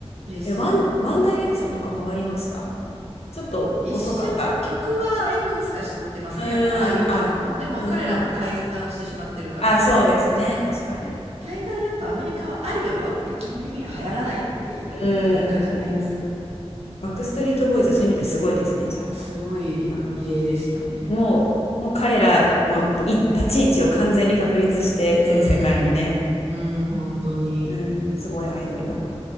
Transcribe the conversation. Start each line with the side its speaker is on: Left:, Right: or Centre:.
Right: 嬉しい。
Left: え、ワン、ワンダイレクションとかハマりましたちょっと遅かった。
Right: 一瞬、曲はいくつか知ってますね、
Left: うーん、
Right: やっぱ、ああいう曲も。
Left: あ、
Right: でも彼らも解散してしまってるから、
Left: うんうん。あ、そうですね。確かに。
Right: 大概やっぱアメリカはアイドルはね、基本的には流行らないっていう文化じゃないですか。
Left: うーん、うん。バックストリートボーイズはそういう意味ではすごいですね、じゃ
Right: すごい異例でしたね。
Left: あ。うん、もう、もう彼らのい立ち位置を完全に確立して全世界にね、
Right: うーん、うん、本当に。
Left: うん、すごいアイドルだな。